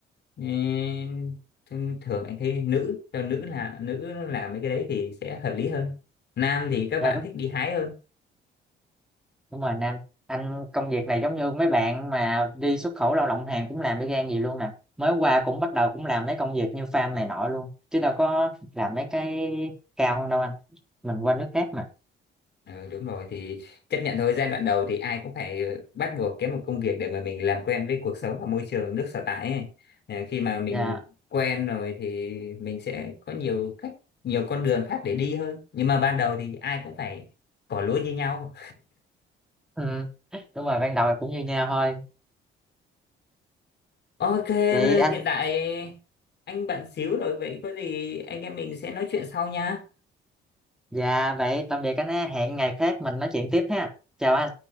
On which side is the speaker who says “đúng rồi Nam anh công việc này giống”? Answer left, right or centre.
Centre